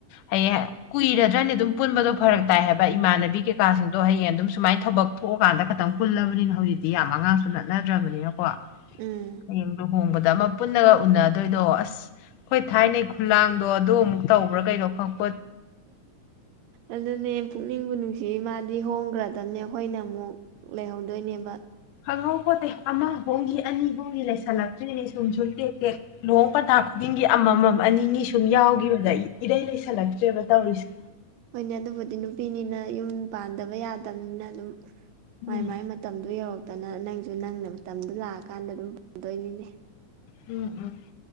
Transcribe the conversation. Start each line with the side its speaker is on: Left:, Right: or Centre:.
Left: ꯍꯌꯦꯡ ꯀꯨꯏꯔꯗ꯭ꯔꯅꯦ ꯑꯗꯨꯝ ꯄꯨꯟꯕ ꯗꯣ ꯐꯔꯛ ꯇꯥꯏ ꯍꯥꯏꯕ ꯏꯃꯥꯟꯅꯕꯤ ꯀꯩꯀꯥꯁꯤꯡꯗꯣ ꯍꯌꯦꯡ ꯑꯗꯨꯝ ꯁꯨꯃꯥꯏꯅ ꯊꯕꯛ ꯊꯣꯛꯑꯀꯥꯟꯗ ꯈꯈꯤꯇꯪ ꯄꯨꯜꯂꯕꯅꯤꯅ ꯍꯧꯖꯤꯛꯇꯤ ꯌꯥꯝ ꯑꯉꯥꯡꯁꯨ ꯅꯠꯅꯗ꯭ꯔꯕꯅꯤꯅꯀꯣ
Right: ꯎꯝ
Left: ꯍꯌꯦꯡꯗꯨꯨ ꯍꯣꯡꯕꯗ ꯑꯃ ꯄꯨꯟꯅꯒ ꯎꯅꯗꯣꯏꯗꯣ ꯑꯁ ꯍꯣꯏ ꯊꯥꯏꯅꯩ ꯈꯨꯂꯥꯡꯗꯣ ꯑꯗꯨ ꯑꯃꯨꯛ ꯇꯧꯕ꯭ꯔꯥ ꯀꯩꯅꯣ ꯈꯪꯉ
Right: ꯑꯗꯨꯅꯦ ꯄꯨꯛꯅꯤꯡ ꯀꯨ ꯅꯨꯡꯁꯤ ꯃꯥꯗꯤ ꯍꯣꯡꯈ꯭ꯔꯗꯕꯅꯦ ꯑꯩꯈꯣꯏꯅ ꯑꯃꯨꯛ ꯂꯩꯍꯧꯗꯣꯏꯅꯦꯕ
Left: ꯈꯪꯉꯧ ꯄꯣꯠꯠꯇꯩ ꯑꯃ ꯍꯣꯡꯒꯤ ꯑꯅꯤ ꯍꯣꯡꯒꯤ ꯂꯩꯁꯜꯂꯛꯇ꯭ꯔꯤꯅꯦ ꯁꯨꯝ ꯁꯨꯝ ꯇꯦꯛ ꯇꯦꯛ ꯂꯨꯍꯣꯡ ꯄꯇꯥ ꯈꯨꯗꯤ ꯆꯤꯡꯒꯤ ꯑꯃꯃꯝ ꯑꯅꯤꯅꯤ ꯁꯨꯝ ꯌꯥꯎꯈꯤꯕꯗ ꯑꯩ ꯏꯔꯩ ꯂꯩꯁꯜꯂꯛꯇ꯭ꯔꯦꯕ ꯇꯧꯔꯤꯁꯦ
Right: ꯍꯣꯏꯅꯦ ꯑꯗꯨꯕꯨꯗꯤ ꯅꯨꯄꯤꯅꯤꯅ ꯌꯨꯝ ꯄꯥꯟꯗꯕ ꯌꯥꯗꯕꯅꯤꯅ ꯑꯗꯨꯝ
Left: ꯎꯝ
Right: ꯃꯥꯏ ꯃꯥꯏ ꯃꯇꯝꯗꯨ ꯌꯧꯔꯒꯦ ꯇꯅ ꯅꯪꯁꯨ ꯅꯪꯅ ꯃꯇꯝꯗꯨꯣ ꯂꯥꯛꯑꯀꯥꯟꯗ ꯑꯗꯨꯝ ꯄꯨꯗꯣꯏꯅꯤꯅꯦ
Left: ꯎꯝ ꯎꯝ